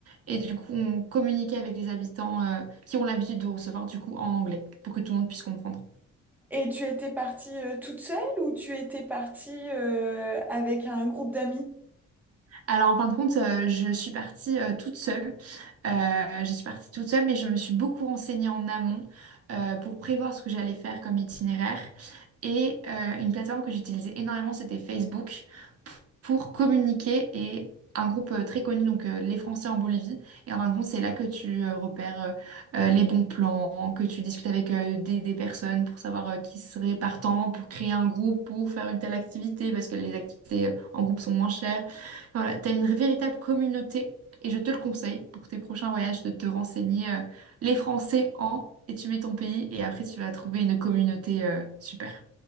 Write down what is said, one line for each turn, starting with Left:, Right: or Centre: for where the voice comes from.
Right: et du coup, on communiquait avec les habitants euh, qui ont l'habitude de recevoir, du coup, en anglais, pour que tout le monde puisse comprendre.
Centre: Et tu étais partie euh, toute seule ou tu étais partie euh, avec un groupe d'amis?
Right: Alors, en fin de compte, euh, je suis partie euh, toute seule. Euh, je suis partie toute seule, mais je me suis beaucoup renseignée en amont euh, pour prévoir ce que j'allais faire comme itinéraire. Et euh, une plateforme que j'utilisais énormément, c'était Facebook pour communiquer et un groupe euh, très connu, donc euh, les Français en Bolivie. Et en fin de compte, c'est là que tu euh, repères euh, euh, les bons plans, que tu discutes avec euh, des, des personnes pour savoir euh, qui serait partant, pour créer un groupe, pour faire une telle activité, parce que les activités euh, en groupe sont moins chères. Voilà, tu as une véritable communauté et je te le conseille pour tes prochains voyages de te renseigner euh, les Français en et tu mets ton pays et après tu vas trouver une communauté euh, super.